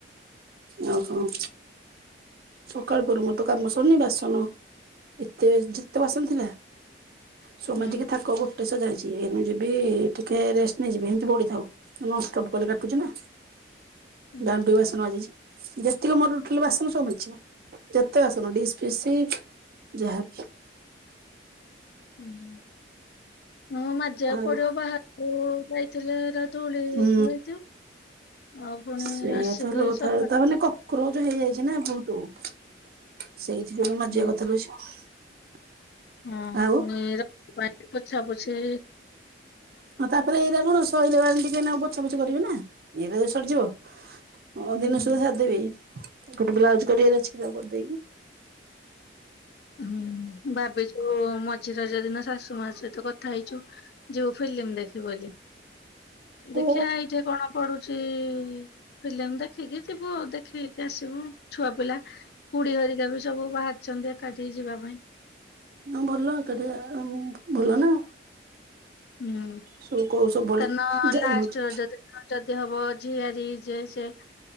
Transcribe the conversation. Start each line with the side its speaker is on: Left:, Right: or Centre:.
Right: ଆଉ କଣ? ସକାଳୁ ପହଁରୁ ମୋର ତ କାମ ସରୁନି ବାସନ ଏତେ ଯେତେ ବାସନ ଥିଲା। ସବୁ
Left: ହୁଁ
Right: ମାଜିକି ଥାକ ଗୋଟେ ଶଯାହେଇଛି ଏଇନା ଯିବି ଟିକେ ରେଷ୍ଟ ନେଇଯିବି ହେମିତି ପଡ଼ିଥାଉ ନନଷ୍ଟପ୍ କଲେ କାଟୁଚି ନା
Left: ହୁଁ।
Right: ଦାଣ୍ଡକୁ ଆ ବାସନ ମାଜିଛି ଯେତିକ ମୋର ଟୋଟାଲ ବାସନ ସବୁ ମାଜିଛି। ଯେତେ ବାସନ ଡିସ୍ ଫିସ୍ ଯାହାବି
Left: ଉଁ ହୁଁ ମୁଁ ମାଜିବାକୁ
Right: ଆଉ
Left: ପଡ଼ିବ ବାହାରକୁ ଯାଇଥିଲେ ହେରା ଧୂଳି
Right: ହୁଁ
Left: ଧୂଳିଟା ଆଉ ପୁଣି
Right: ସେଇଆ
Left: ଆସିକି
Right: ତ ହେଲା କଥା
Left: ସଫାସୁତୁରା
Right: ତା <unintelligible>
Left: ହୁଁ ହଁ
Right: ଆଉ
Left: ପୁଣି ର ଭାଇ ପୋଛା ପୁଛି
Right: ଆଉ ତାପରେ ଏଇରା କଣ ସଇଲା ବେଳେ ଟିକେ ଏଇନା ପୋ ପୋଛା ପୁଛି କରିବି ନା ଏଇନାକେ ସରିଯିବ ପହରଦିନ
Left: ହୁଁ।
Right: <unintelligible> ସାରିଦେବି। ଗୋଟେ ବ୍ଲାଉଜ କରିବାର ଅଛି ତାକୁ କରିଦେଇକି
Left: ହୁଁ ଭାବିଚୁ ମଝି ରଜ ଦିନ ଶାଶୁ ମା ସହିତ କଥା ହେଇଛୁ। ଯିବୁ ଫିଲ୍ମି ଦେଖିବୁ ବୋଲି ଦେଖିଆ
Right: ଓ
Left: ଏଇଠି କଣ ପଡ଼ୁଚି। ଫିଲ୍ମି ଦେଖିକି ଯିବୁ ଦେଖିକି ଆସିବୁ ଛୁଆ ପିଲା ଖୁଡି ହରିକା ବି ସବୁ ବାହାରିଛନ୍ତି ଏକାଠି ହେଇ ଯିବା ପାଇଁ।
Right: ହଁ ଭଲ ଏକାଠିଆ ଆଉ ଭଲ ନା।
Left: ହୁଁ
Right: ସବୁ କଉ ସବୁବେଳେ
Left: କାରଣ
Right: ଯାଇ
Left: ଲାଷ୍ଟ
Right: ହଉଛି
Left: ରଜ ଦିନ ଯଦି ହବ ଝିଆରି ଯେ ସେ